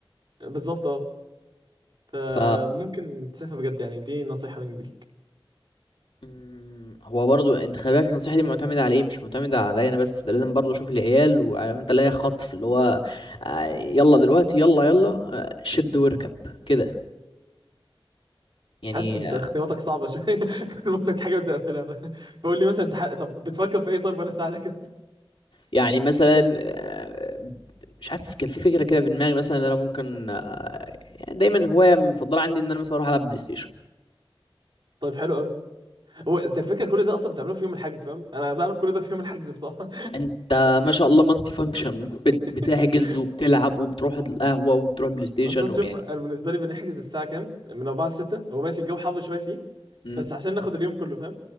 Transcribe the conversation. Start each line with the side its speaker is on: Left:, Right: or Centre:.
Right: بالظبط اه فممكن
Left: ف
Right: تسافر بجد يعني دي نصيحه مني ليك
Left: مم، هو برضو انت خلي بالك النصيحه دي معتمده على ايه مش معتمده عليا انا بس ده لازم برضو اشوف العيال وعارف انت اللي هي خطف اللي هو آه، يلا دلوقتي يلا يلا آه، شد واركب كده يعني
Right: حاسس انت اختياراتك صعبه شويه <laughs> كل ما اقول لك حاجه بتقفلها ف... فقول لي مثلا انت ح... طب بتفكر في ايه طيب وانا اساعدك
Left: يعني مثلا آه، مش عارف كان في فكره كده في دماغي مثلا ان انا ممكن آه، يعني دايما هوايه مفضله عندي ان انا مثلا اروح العب بلاي ستيشن
Right: <laughs> طيب حلو قوي هو انت الفكره كل ده اصلا بتعمله في يوم الحجز فاهم انا بعمل كل ده في يوم الحجز بصراحه
Left: انت ما شاء الله مالتي فانكشن بت-
Right: <laughs>
Left: بتحجز وبتلعب وبتروح القهوه وبتروح بلاي ستيشن
Right: اصل
Left: ويعني
Right: شوف انا بالنسبه لي بنحجز الساعه كام من 4 ل 6 هو ماشي الجو حر شويه فيه
Left: مم،
Right: بس عشان ناخد اليوم كله فاهم